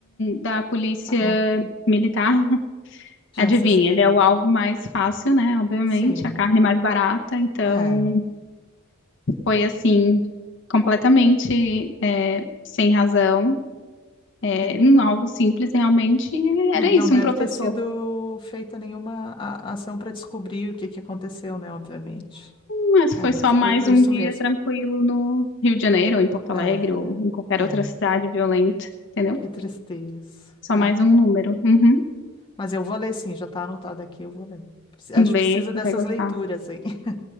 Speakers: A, on the left; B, on the left.
A: da polícia
B: ah,
A: militar. <laughs> Adivinha,
B: já se esperar.
A: ele é o alvo mais fácil, né? Obviamente,
B: Sim,
A: a carne mais barata. Então,
B: é.
A: foi assim, completamente é, sem razão. É,
B: E,
A: um alvo simples, realmente, e
B: e
A: era
B: não
A: isso,
B: deve
A: um professor.
B: ter sido feita nenhuma a- ação para descobrir o que que aconteceu, né? Obviamente.
A: Mas foi
B: É,
A: só
B: ficou
A: mais
B: por
A: um
B: isso
A: dia
B: mesmo.
A: tranquilo no Rio de Janeiro, ou em Porto
B: É,
A: Alegre, ou em qualquer
B: é,
A: outra cidade violenta, entendeu?
B: que tristeza,
A: Só
B: tá?
A: mais um número. Uhum.
B: Mas eu vou ler sim, já tá anotado aqui, eu vou ler. Preci- A
A: Leia
B: gente precisa
A: que
B: dessas
A: você vai gostar.
B: leituras, hein? <laughs>